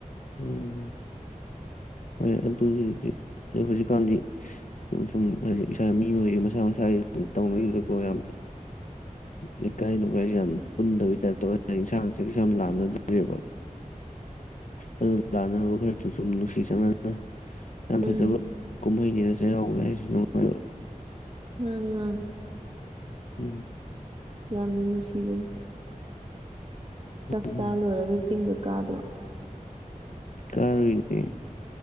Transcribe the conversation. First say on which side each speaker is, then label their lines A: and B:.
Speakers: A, on the left (about 65°); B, on the right (about 45°).
A: ꯎꯝ ꯍꯣꯏ ꯑꯗꯨꯒꯤꯗꯤ ꯑꯗꯨ ꯍꯧꯖꯤꯛꯀꯥꯟꯗꯤ ꯁꯨꯝ ꯁꯨꯝ ꯍꯥꯏꯗꯤ ꯏꯁꯥ ꯃꯤ ꯃꯈꯩꯁꯦ ꯃꯁꯥ ꯃꯁꯥꯒꯤ ꯇꯧꯅꯈꯤꯕꯗꯀꯣ ꯌꯥꯝ ꯂꯩꯀꯥꯏ ꯅꯨꯡꯒꯥꯏꯁꯦ ꯌꯥꯝ ꯄꯨꯟꯗꯕꯩ ꯇꯥꯏꯞ ꯇꯧꯋꯦ ꯍꯥꯏꯗꯤ ꯏꯟꯁꯥꯡꯁꯦꯁꯨ ꯌꯥꯝ ꯂꯥꯟꯅꯗ꯭ꯔꯦꯕ ꯑꯗꯨ ꯂꯥꯟꯅꯔꯕ ꯈꯔꯁꯨ ꯁꯨꯝ ꯅꯨꯡꯁꯤ ꯅꯨꯡꯁꯤ ꯆꯥꯟꯅꯅ ꯌꯥꯝ ꯐꯖꯕ
B: ꯎꯝ
A: ꯀꯨꯝꯍꯩ ꯅꯤꯗ ꯆꯩꯔꯥꯎꯕ ꯍꯥꯏꯔꯤꯁꯦ ꯅꯨꯡꯉꯥꯏꯕ
B: ꯃꯥꯅꯤ ꯃꯥꯅꯤ
A: ꯎꯝ
B: ꯌꯥꯝꯅ ꯅꯨꯡꯁꯤꯕꯅꯤ ꯆꯥꯛꯆꯥꯥ
A: ꯎꯝ
B: ꯂꯣꯏꯔꯒ ꯆꯤꯡꯒ ꯀꯥꯗ꯭ꯔꯣ
A: ꯀꯥꯔꯨꯏꯌꯦ